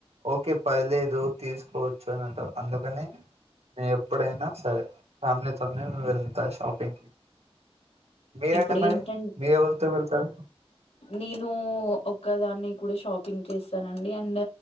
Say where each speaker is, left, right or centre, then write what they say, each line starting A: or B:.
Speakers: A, on the right (about 85°); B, on the left (about 80°).
A: ఓకే పదిలేదు తీసుకోవచ్చు అని అంట అందుకని నే ఎప్పుడైనా సరే ఫ్యామిలీతోనే వెళ్తా షాపింగ్కి మీరేంటే
B: ఇప్పుడు
A: మరి
B: ఏంటంటే
A: మీర ఎవరితో వెళ్తారు
B: నేను ఒకదాన్ని కూడా షాపింగ్ చేస్తానండి అండ్